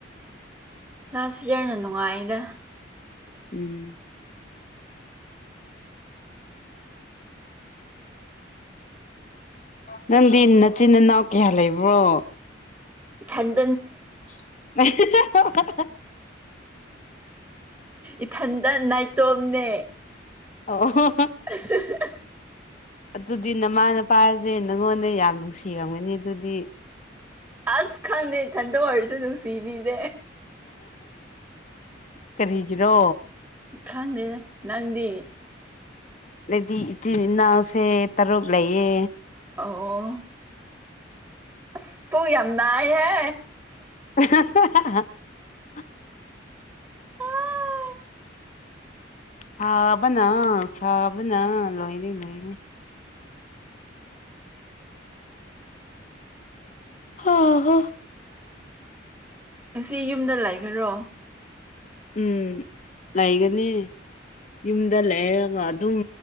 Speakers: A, on the right (about 15°); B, on the left (about 40°).
A: ꯂꯥꯁ ꯏꯌꯥ꯭ꯔꯅ ꯅꯨꯡꯉꯥꯏꯗ
B: ꯎꯝ ꯅꯪꯗꯤ ꯅꯆꯤꯟ ꯏꯅꯥꯎ ꯀꯌꯥ ꯂꯩꯕ꯭ꯔꯣ
A: ꯏꯊꯟ
B: <unintelligible>
A: ꯏꯊꯟꯗ ꯅꯥꯏꯇꯣꯝꯅꯦ
B: ꯑꯣ <unintelligible>
A: <unintelligible>
B: ꯑꯗꯨꯗꯤ ꯅꯃꯥ ꯅꯄꯥꯁꯦ ꯅꯪꯉꯣꯟꯗ ꯌꯥꯝ ꯅꯨꯡꯁꯤꯔꯝꯒꯅꯤ ꯑꯗꯨꯗꯤ
A: ꯑꯁ ꯈꯪꯗꯦ ꯏꯊꯟꯗ ꯑꯣꯏꯔꯁꯨ ꯅꯨꯡꯁꯤꯕꯤꯗꯦ
B: ꯀꯔꯤꯒꯤꯔꯣ
A: ꯈꯪꯗꯦꯗ ꯅꯪꯗꯤ
B: ꯑꯩꯗꯤ ꯏꯆꯤꯟ ꯏꯅꯥꯎꯁꯦ ꯇꯔꯨꯛ ꯂꯩꯌꯦ
A: ꯑꯣ ꯑꯁ ꯄꯨꯛ ꯌꯥꯝ ꯅꯥꯏꯍꯦ
B: <unintelligible>
A: ꯑꯥ
B: ꯁꯥꯕꯅ ꯁꯥꯕꯅ ꯂꯣꯏꯔꯦ ꯂꯣꯏꯔꯦ ꯍꯥ ꯍꯥ
A: ꯉꯁꯤ ꯌꯨꯝꯗ ꯂꯩꯥꯒꯦꯔꯣ
B: ꯎꯝ ꯂꯩꯒꯅꯤ ꯌꯨꯝꯗ ꯂꯩꯔꯒ ꯑꯗꯨꯝ